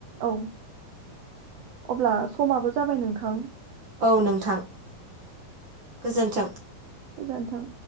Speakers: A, on the right; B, on the right.
A: औ अब्ला समाबो जाबाय नोंथां
B: औ नोंथां गोजोन्थों
A: गोजोन्थों